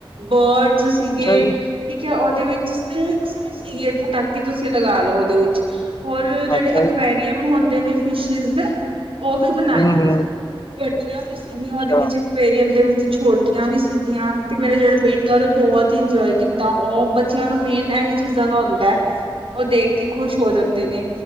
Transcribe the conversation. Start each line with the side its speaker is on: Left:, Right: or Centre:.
Right: ਬਰਡਜ਼ ਸੀਗੇ।
Left: ਅੱਛਾ ਜੀ,
Right: ਠੀਕ ਐ, ਉਹਦੇ ਵਿੱਚ ਸਨੇਕਸ ਵੀ ਸੀਗੇ, ਇੱਥੋਂ ਤੱਕ ਕਿ ਤੁਸੀਂ ਲਗਾਲੋ, ਉਹਦੇ ਵਿੱਚ। ਹੋਰ, ਜਿਹੜੇ
Left: ਅੱਛਾ
Right: ਅਕਵੇਰੀਅਮ
Left: ਜੀ,
Right: ਹੁੰਦੇ ਨੇ ਫਿਸ਼ਿਸ ਦੇ, ਉਹ ਵੀ ਬਣਾਏ
Left: ਹੂੰ,
Right: ਹੋਏ
Left: ਹੂੰ
Right: ਸੀ, ਵੱਡੀਆਂ ਵੀ ਸੀਗੀਆਂ
Left: ਅੱਛਾ,
Right: ਉਹਦੇ ਵਿੱਚ, ਇਕਏਰੀਅਮ ਦੇ ਵਿੱਚ, ਛੋਟੀਆਂ ਵੀ ਸੀ। ਤੇ ਮੇਰੇ ਜਿਹੜੇ ਬੇਟੇ ਉਹਨੇ ਬਹੁਤ ਇੰਜੋਏ ਕੀਤਾ, ਉਹ ਬੱਚਿਆਂ ਨੂੰ ਮੇਨ ਐਹੀ ਚੀਜ਼ਾਂ ਦਾ ਹੁੰਦਾ।
Left: ਹੂੰ।
Right: ਉਹ ਦੇਖਕੇ, ਖੁਸ਼ ਹੋ ਜਾਂਦੇ ਨੇ।